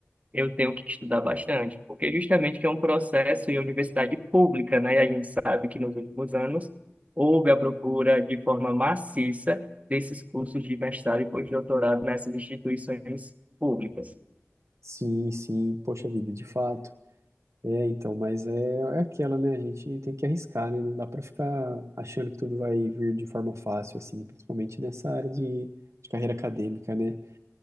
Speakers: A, on the right; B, on the right.
A: eu tenho que estudar bastante, porque justamente que é um processo em universidade pública, né? E a gente sabe que nos últimos anos houve a procura de forma maciça desses cursos de mestrado e pós-doutorado nessas instituições públicas.
B: Sim, sim, poxa vida, de fato. É, então, mas é, é aquela, né? A gente tem que arriscar, né? Não dá pra ficar achando que tudo vai vir de forma fácil, assim, principalmente nessa área de, de carreira acadêmica, né?